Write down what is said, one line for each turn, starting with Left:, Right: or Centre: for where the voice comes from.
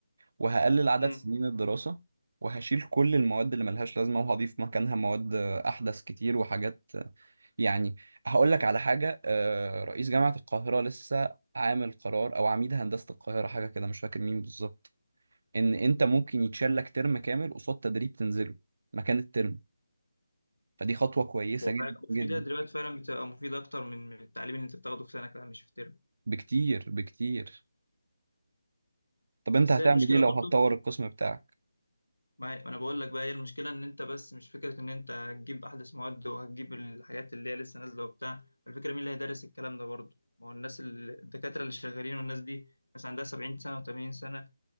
Right: وهقلل عدد
Left: امم
Right: سنين الدراسة وهشيل كل المواد اللي ملهاش لازمة وهضيف مكانها مواد أحدث كتير وحاجات يعني هقول لك على حاجة آه، رئيس جامعة القاهرة لسه عامل قرار أو عميد هندسة القاهرة حاجة كده مش فاكر مين بالظبط إن أنت ممكن يتشال لك ترم كامل قصاد تدريب تنزله مكان الترم فدي خطوة كويسة
Left: وفعلا
Right: جدا جدا
Left: ده دلوقتي فعلا بتبقى مفيدة أكتر من من التعليم اللي أنت بتاخده في سنة كده مش في ترم
Right: بكتير بكتير طب انت
Left: بس
Right: هتعمل
Left: هي المشكلة
Right: ايه لو
Left: برضو
Right: هتطور القسم بتاعك
Left: ما ما أنا بقول لك بقى هي المشكلة إن أنت بس مش فكرة إن أنت هتجيب أحدث مواد وهتجيب الحاجات اللي هي لسه نازلة وبتاع الفكرة مين اللي هيدرس الكلام ده برضو ما هو الناس ال- الدكاترة اللي شغالين والناس دي ناس عندها 70 سنة و80 سنة